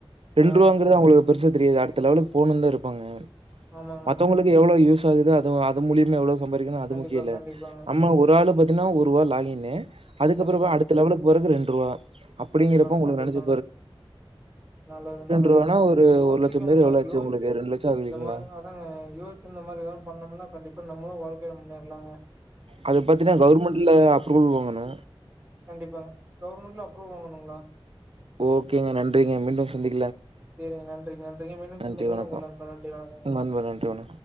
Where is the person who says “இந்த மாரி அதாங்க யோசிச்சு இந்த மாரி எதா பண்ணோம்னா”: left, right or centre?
Right